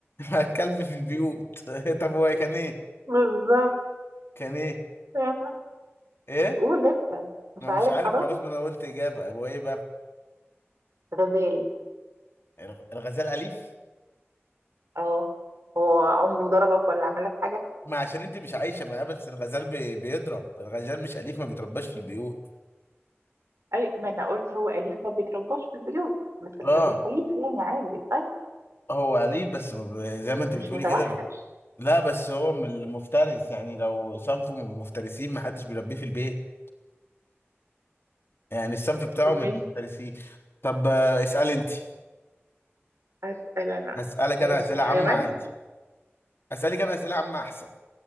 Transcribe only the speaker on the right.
بالظبط
آه.
قول انت مش
عارف
خلاص
غزال
اه هو عمره ضربك ولا عمل لك حاجة
اي ما انا قلت هو اليف ما بيترباش في البيوت بس الغزال
اليف يعني عادي طيب
مش
متوحش
طب ماشي
أسأل أنا
ماشي
حيوان